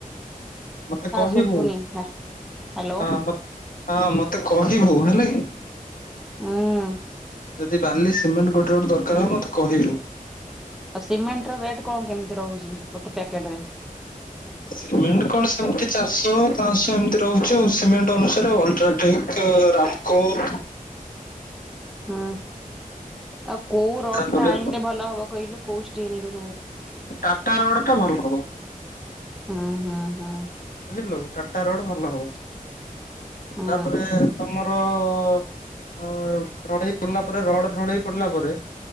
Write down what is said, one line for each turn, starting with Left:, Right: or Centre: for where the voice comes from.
Left: ମତେ କହିବୁ
Centre: ଶୁଭୁନି ହ୍ୟାଲୋ
Left: ହଁ ମ ହଁ ମତେ କହିବୁ ହେଲା କି।
Centre: ହୁଁ।
Left: ଯଦି ବାଲି ସିମେଣ୍ଟ ଗୋଟେ ଗୋଟେ ଦରକାର ହବ ମତେ କହିବୁ।
Centre: ଆଉ ସିମେଣ୍ଟର ରେଟ୍ କଣ କେମିତି ରହୁଯି ଗୋଟେ ପ୍ୟାକେଟରେ।
Left: ସିମେଣ୍ଟ କଣ ସେମିତି ଚାରିଶହ ପାଶହ ଏମିତି ରହୁଛି ଆଉ ସିମେଣ୍ଟ ଅନୁସାରେ ଅଲଟ୍ରାଟେକ। ରାମକୁତ୍
Centre: ହଁ ଆଉ କୋଉ ରଡଟା
Left: ତାପରେ
Centre: ଆଇଁଲେ ଭଲ ହବ କହିଲୁ କୋଉ ଷ୍ଟିଲରୁ।
Left: ଟାଟା ରଡଟା ଭଲ ହବ।
Centre: ହଁ ହଁ ହଁ।
Left: ବୁଝିଲୁ ଟାଟା ରଡ ଭଲ ହବ
Centre: ହୁଁ
Left: ତାପରେ ତମ ଢଳେଇ ପଡିଲା ପରେ ରଡ ଢଳେଇ ପଡିଲା ପରେ